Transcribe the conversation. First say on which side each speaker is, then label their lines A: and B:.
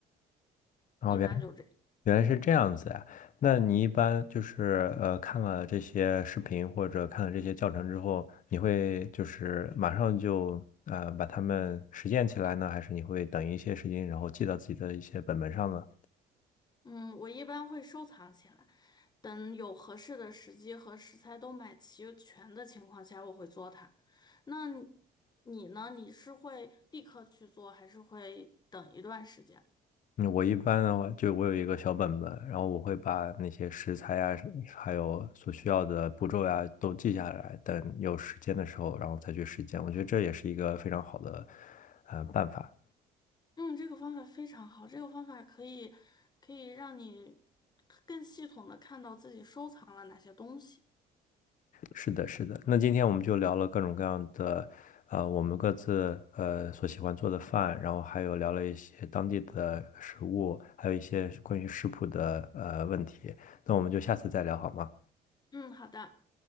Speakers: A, on the left; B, on the left.
A: 然后原
B: 一般就这样。
A: 原来是这样子呀、那你一般就是呃看了这些视频或者看了这些教程之后，你会就是马上就呃把它们实践起来呢，还是你会等一些时间，然后记到自己的一些本本上呢？
B: 嗯，我一般会收藏起来，等有合适的时机和食材都买齐全的情况下，我会做它。那你你呢？你是会立刻去做，还是会等一段时间？
A: 嗯，我一般的话，就我有一个小本本，然后我会把那些食材呀，还有所需要的步骤呀，都记下来，等有时间的时候，然后再去实践。我觉得这也是一个非常好的，呃，办法。
B: 嗯，这个方法非常好，这个方法可以可以让你更系统的看到自己收藏了哪些东西。
A: 是的，是的。那今天我们就聊了各种各样的，呃，我们各自呃所喜欢做的饭，然后还有聊了一些当地的食物，还有一些关于食谱的呃问题。那我们就下次再聊好吗？
B: 嗯，好的。